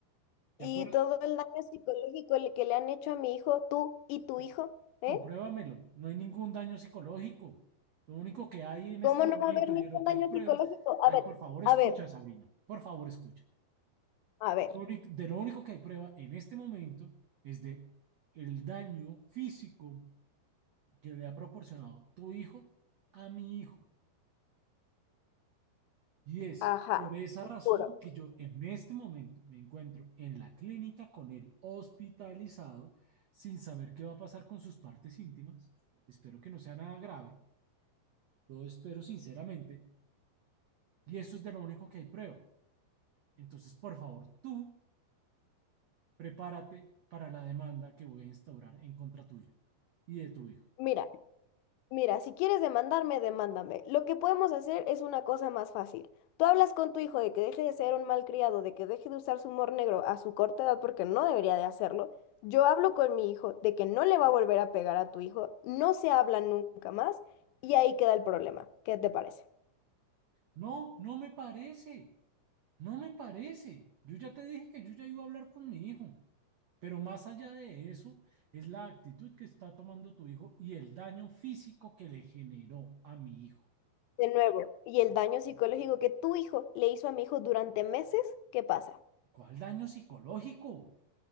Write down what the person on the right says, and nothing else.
¿De
acuerdo?
co-
compruébamelo.
No hay ningún daño psicológico. Lo único que hay en este
momento
y de lo que
hay pruebas,
ay,
por favor,
escucha,
Sabrina, por favor, escucha.
Lo único- de lo único que hay prueba en este momento es de el daño físico que le ha proporcionado tu hijo a mi hijo. Y es
por esa
razón que yo en este momento me encuentro en la clínica con él hospitalizado sin saber qué va a pasar con sus partes íntimas. Espero que no sea nada grave Lo espero sinceramente. Y eso es de lo único que hay prueba. Entonces, por favor, tú prepárate para la demanda que voy a instaurar en contra tuya y de tu hijo.
No, no me parece. No me parece. Yo ya te dije que yo ya iba a hablar con mi hijo. Pero más allá de eso, es la actitud que está tomando tu hijo y el daño físico que le generó a mi hijo.
¿Cuál daño psicológico?